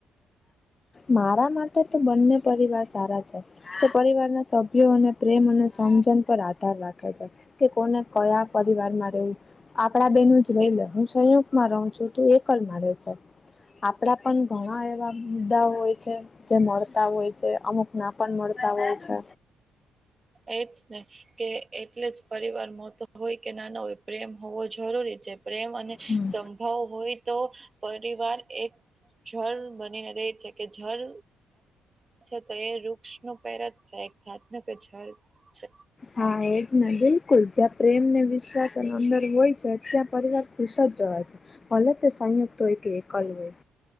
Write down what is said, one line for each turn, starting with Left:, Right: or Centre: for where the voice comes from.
Left: મારા માટે તો બંને પરિવાર સારા છે. તે પરિવારના સભ્યો અને પ્રેમ અને સમજણ પર આધાર રાખે છે. કે કોને કયા પરિવાર માં રહેવું. આપડા બેન જ રહી
Right: એ
Left: લે હું સંયુક્ગમાં રહું છું તું એકલ માં ર છે. આપડા પણ ઘણા એવા મુદ્દા હોય છે. જે મળતા હોય છે અમુક ના પણ મળતા હોય છે.
Right: એજ ને કે એટલે જ. પરિવાર મોટ હોય કે નાના હોય પ્રેમ હોવો જરૂરી છે પ્રેમ અને
Left: હમ
Right: ભાવ હોય તો પરિવાર એક જળ બની રેહ છે. કે જળ છે તો એ વૃક્ષ ન પેર જ છે. સાતના કે જળ છે.
Left: હા એજ ને બિલકુલ જ્યાં પ્રેમ ને વિશ્વાસ અંદર હોય છે ત્યાં પરિવાર્ત. ખુશદ રહ છે ભલતે સંયુક્ત એક એકલ હોય.